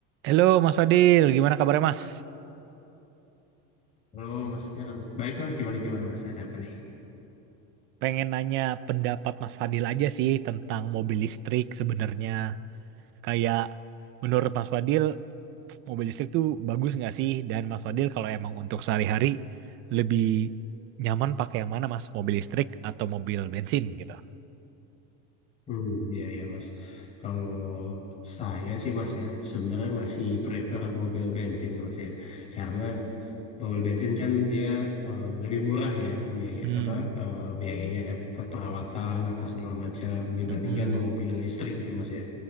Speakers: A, on the right; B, on the left.
A: Halo Mas Fadil, gimana kabarnya Mas?
B: Halo Mas Darren. Baik Mas, gimana gimana Mas? Ada apa nih?
A: Pengen nanya pendapat Mas Fadil aja sih tentang mobil listrik sebenarnya. Kayak menurut Mas Fadil, mobil listrik tuh bagus nggak sih? Dan Mas Fadil kalau emang untuk sehari-hari lebih nyaman pakai yang mana Mas? Mobil listrik atau mobil bensin gitu?
B: Hmm, ya ya Mas. Kalau saya sih Mas ya, sebenarnya masih prefer mobil bensin ya Mas ya. Karena mobil bensin kan dia eh, lebih murah ya pembiaya
A: Hmm,
B: apa eh, biayanya buat perawatan apa segala macam dibandingkan
A: mm-mm.
B: mobil listrik gitu mas ya